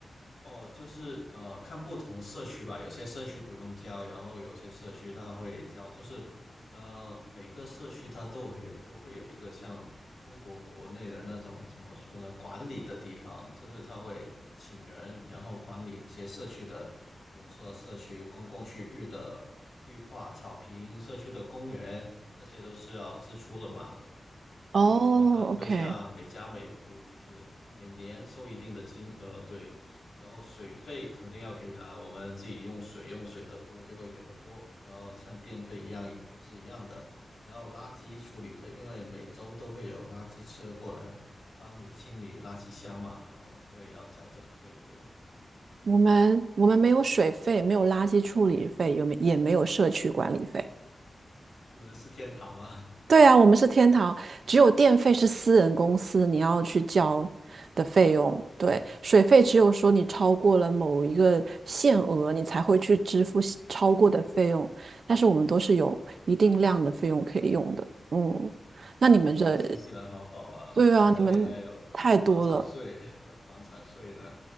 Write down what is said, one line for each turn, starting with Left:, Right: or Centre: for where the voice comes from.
Left: 哦，就是呃，看不同社区吧，有些社区不用交，然后有些社区它会交，就是呃，每个社区它都会有都会有一个像中国国内的那种怎么说呢，管理的地方，就是它会请人，然后管理一些社区的，比如说社区公共区域的绿化、草坪、社区的公园，那些都是要支出的嘛。所以说它会向每家每户就是每年收一定的金额，
Right: 哦，OK，
Left: 对，然后水费肯定要给啦，我们自己用水用水的多就会给的多，然后像电费一样也是一样的，然后垃圾处理费，因为每周都会有垃圾车过来帮你清理垃圾箱嘛，然后就会要交这个费，对，
Right: 我们我们没有水费，没有垃圾处理费，有没也没有社区管理费。
Left: 你们是天堂吗？<laughs>
Right: 对啊，我们是天堂，只有电费是私人公司你要去交的费用，对，水费只有说你超过了某一个限额，你才会去支付西超过的费用，但是我们都是有一定量的费用可以用的。嗯，那你们这，
Left: 感觉新西兰好好啊，
Right: 对啊，
Left: 我们这里还有
Right: 你们太多了。
Left: 房产税，还有房产税呢，